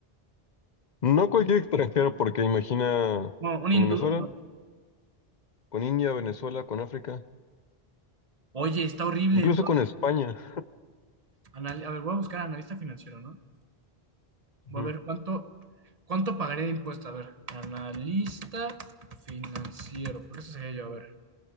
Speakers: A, on the left (about 50°); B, on the right (about 40°).
A: No cualquier extranjero, porque imagina
B: No, un
A: con
B: hindú,
A: Venezuela,
B: no.
A: con India, Venezuela, con África,
B: Oye, está horrible.
A: incluso con España.
B: Anal- a ver, voy a buscar analista financiero, ¿no?
A: Ujú.
B: Voy a ver cuánto, cuánto pagaré de impuesto. A ver, analista financiero. Por eso sería yo. A ver,